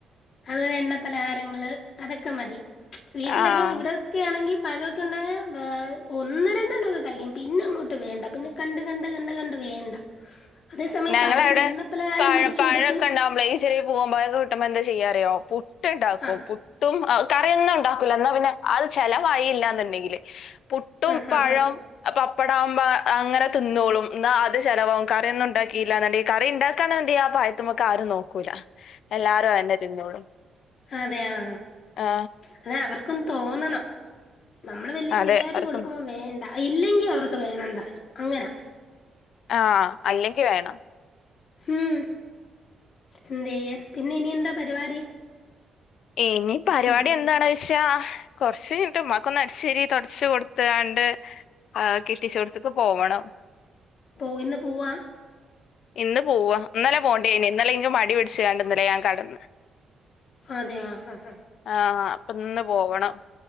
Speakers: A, on the left (about 50°); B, on the left (about 70°).
A: അതുപോലെ എണ്ണ പലഹാരങ്ങള് അതൊക്കെ മതി വീട്ടിലൊക്കെ
B: ആഹ്
A: ഇവിടെ ഒക്കെ ആണെങ്കി പഴൊക്കെണ്ടായാ ഒന്ന് രണ്ടെണ്ണൊക്കെ കഴിക്കും പിന്നെ അങ്ങട്ട് വേണ്ട. പിന്നെ കണ്ട് കണ്ട് കണ്ട് കണ്ട് വേണ്ട അതേ സമയം
B: ഞങ്ങളവിടെ
A: കടേന്ന് എണ്ണ പലഹാരം
B: പഴ
A: മേടിച്ച്
B: പഴമൊക്കെ
A: കൊട്ക്ക്
B: ഉണ്ടാകുമ്പോളേ ഈ ചെറിയ പൂവംപഴൊക്കെ കിട്ടുമ്പോ എന്താ ചെയ്യാറിയോ പുട്ട്ണ്ടാക്കും
A: ആ
B: പു ട്ടും കറിയൊന്നും ഇണ്ടാക്കൂല ഇന്നാ പിന്നെ അത് ചെലവായില്ലാന്ന്ണ്ടെങ്കില് പുട്ടും
A: ആ ആ
B: പഴം
A: ആ ആ
B: പപ്പടാകുമ്പോ അങ്ങനെ തിന്നോളും ഇന്നാ അത് ചെലവാവും കാറി ഒന്നും ഇണ്ടാക്കി ഇല്ലാന്നുണ്ടെങ്കി കറി ഇണ്ടാക്കാന്നുണ്ടെങ്കി ആഹ് ഭാഗത്തുമേക്ക് ആരും നോക്കൂല എല്ലാരും തന്നെ തിന്നോളും
A: അതേയോ
B: ആ
A: അതെ അവർ ക്കും തോന്നണം നമ്മള് വല്യ
B: അതെ
A: ഫ്രീയായിട്ട്
B: അവർക്ക്
A: കൊടുക്കുമ്പോ
B: നോ-
A: വേണ്ട ഇല്ലെങ്കിൽ അവർക്ക് വേണം താനും അങ്ങനാ
B: ആഹ് അല്ലെങ്കി വേണം
A: ഉം എന്തേയ്യാ പിന്നെ ഇനി എന്താ പരിപാടി
B: ഇനി പരിപാടി
A: ഉം
B: എന്താണ് വെ ച്ചാ കൊറച്ചു കഴിഞ്ഞിട്ട് ഉമ്മാക്കൊന്ന് അടിച്ചുവാരി തൊടച്ച് കൊടുത്തുകാണ്ട് ആഹ് കെട്ടിച്ചോടത്തേക്ക് പോവണം
A: പോ ഇന്ന് പോവാ
B: ഇന്ന് പോവാ ഇന്നലെ പോവണ്ടേനി ഇന്നലെ ഇൻക്ക് മടി പിടിച്ചാണ്ട്ന്നില്ലേ ഞാൻ കെടന്ന്
A: അതെയോ ആഹ് ഹാ ഹാ
B: ആഹ് അപ്പിന്ന് പോവണം